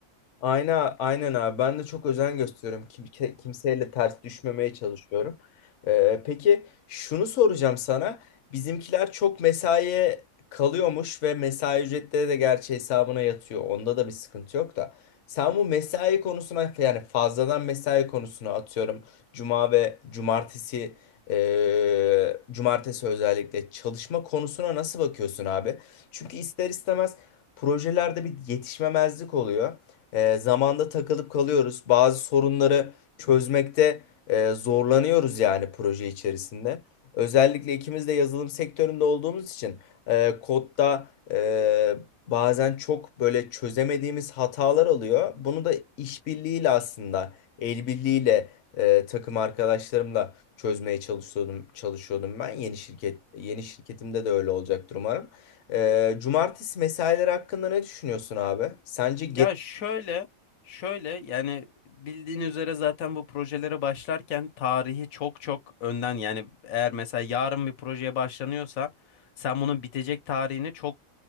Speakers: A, on the left; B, on the left.
A: Aynen, aynen abi. Ben de çok özen gösteriyorum. Kim, ke- kimseyle ters düşmemeye çalışıyorum. Ee, peki şunu soracağım sana. Bizimkiler çok mesaiye kalıyormuş ve mesai ücretleri de gerçi hesabına yatıyor. Onda da bir sıkıntı yok da. Sen bu mesai konusuna yani fazladan mesai konusuna atıyorum. Cuma ve cumartesi ee, cumartesi özellikle çalışma konusuna nasıl bakıyorsun abi? Çünkü ister istemez projelerde bir yetişmemezlik oluyor e, zamanda takılıp kalıyoruz. Bazı sorunları çözmekte e, zorlanıyoruz yani proje içerisinde. Özellikle ikimiz de yazılım sektöründe olduğumuz için e, kodda e, bazen çok böyle çözemediğimiz hatalar oluyor. Bunu da işbirliğiyle aslında el birliğiyle e, takım arkadaşlarımla çözmeye çalışıyordum çalışıyordum ben. Yeni şirket yeni şirketimde de öyle olacaktır umarım. E, cumartesi mesaileri hakkında ne düşünüyorsun abi? Sence
B: Ya şöyle, şöyle yani bildiğin üzere zaten bu projelere başlarken tarihi çok çok önden yani eğer mesela yarın bir projeye başlanıyorsa sen bunun bitecek tarihini çok